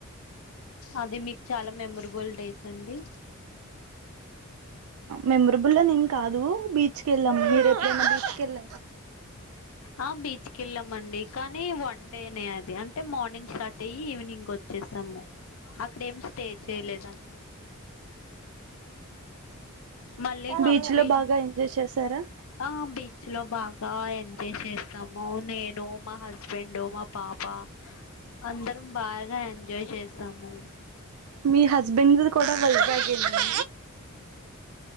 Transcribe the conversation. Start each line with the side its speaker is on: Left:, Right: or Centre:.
Left: అది మీక్ చాలా మెమరబుల్ డేస్ అండి
Right: మెమరబుల్ అన్ కాదూ బీచ్కెళ్ళాం మీరే బచ్కెళ్
Left: ఆ బీచ్ కెళ్ళాం అండి కానీ వన్ డేనే అది అంటే మార్నింగ్ స్టార్ట్ అయి ఈవినింగ్ ఒచ్చేసాము అక్కడ ఏమి స్టే చేయలేదం మళ్ళీ
Right: బీచ్
Left: హంపి
Right: లో బాగా ఎంజాయ్ చేసారా
Left: ఆ బీచ్ లో బాగా ఎంజాయ్ చేస్సాము నేను మా హస్బెండ్ మా పాప అందరం బాగా ఎం ఎంజాయ్ చేస్తాము
Right: మీ హస్బెండ్ కూడా వైజాగ్ ఎ నా